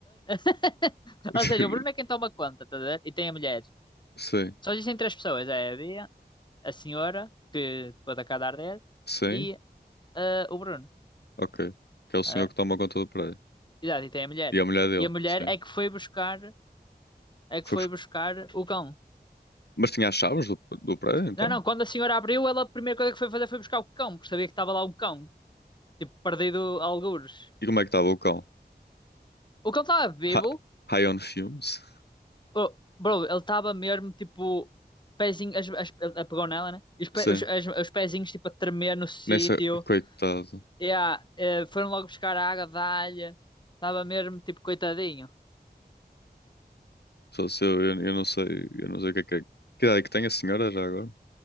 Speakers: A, on the left; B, on the left.
A: <laughs>
B: <laughs>
A: Ou seja, o Bruno é quem toma conta, tá a ver? E tem a mulher.
B: Sim,
A: Só existem três pessoas, é a Bia, a senhora, que pode acabar dele,
B: sim,
A: e eh, o Bruno.
B: ok. Que é o senhor
A: eh,
B: que toma conta do prédio.
A: Exato, e tem a mulher.
B: E a mulher dele,
A: E a mulher
B: sim.
A: é que foi buscar, é que
B: Foi
A: foi
B: busc-
A: buscar o cão.
B: Mas tinha as chaves do, do prédio, então?
A: Não, não, quando a senhora abriu, ela a primeira coisa que foi fazer foi buscar o cão, porque sabia que estava lá um cão, tipo, perdido a algures.
B: E como é que estava o cão?
A: O cão estava vivo,
B: Hi- High on fumes?
A: bro, bro, ele estava mesmo tipo, pezinho, as, as, ele pegou nela, né? E os, pe-
B: Sim.
A: os, as- os pezinhos tipo a tremer no sítio.
B: Nessa, coitado.
A: E ah, eh, foram logo buscar a água da alha. Estava mesmo tipo, coitadinho.
B: Só se eu, eu, eu não sei, eu não sei o que é que é. Que idade é que tem a senhora já agora?